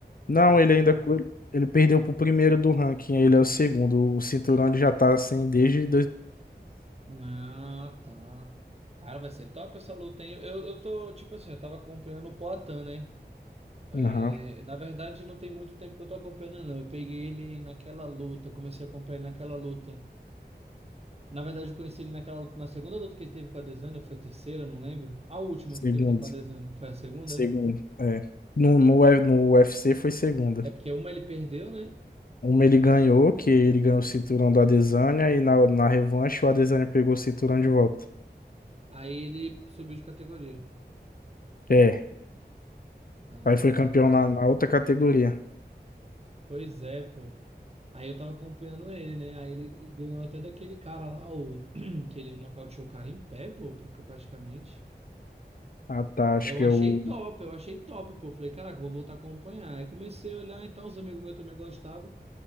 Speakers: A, on the left; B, on the right.
A: Não,
B: o cinturão.
A: ele ainda co- ele perdeu pro primeiro do ranking, ele é o segundo. O cinturão ele já tá sem desde
B: Ah, tá. Cara, vai ser top essa luta, hein? Eu, eu tô, tipo assim, eu tava acompanhando o Poatan, né? É,
A: 2023.
B: na verdade, não tem muito tempo que eu tô acompanhando, não. Eu peguei ele naquela luta, comecei a acompanhar ele naquela luta. Na verdade, eu conheci ele naquela, luta- na segunda luta que ele teve com a Adesanya, ou foi a terceira, eu não lembro. A última que
A: Segundo,
B: teve com a Adesanya, foi a segunda?
A: segundo, é. No, no, U- no UFC foi segunda.
B: É É porque uma ele perdeu, né?
A: Uma ele ganhou, que ele ganhou o cinturão do Adesanya, e na, na revanche o Adesanya pegou o cinturão de volta.
B: Aí ele subiu de categoria.
A: É,
B: Ah,
A: aí foi campeão na, na outra categoria.
B: pois é, pô. Aí eu tava acompanhando ele, né? Aí ele ganhou até daquele cara lá, o... <clears throat> que ele nocauteou o cara em pé, pô, pra- praticamente.
A: Ah, tá,
B: Aí
A: acho
B: eu
A: que
B: achei
A: eu
B: top, eu achei top, pô. Falei, caraca, vou voltar a acompanhar. Aí comecei a olhar, então os amigos meus também gostavam.